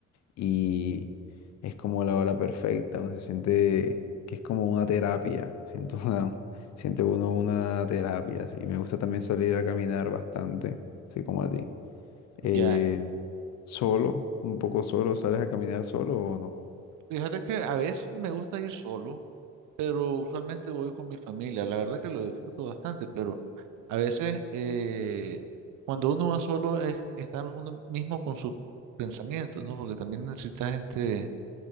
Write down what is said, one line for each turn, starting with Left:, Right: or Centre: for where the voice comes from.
Left: y es como la hora perfecta, uno se siente que es como una terapia, <laughs> siento una, siente uno una terapia, sí. Me gusta también salir a caminar bastante, así como a ti. Eh,
Right: Ya,
Left: solo, un poco solo, ¿sales a caminar solo o no?
Right: fíjate que a veces me gusta ir solo. pero usualmente voy con mi familia. La verdad que lo disfruto bastante, pero a veces eh, cuando uno va solo es estar uno mismo con sus pensamientos, ¿no? Porque también necesitas este,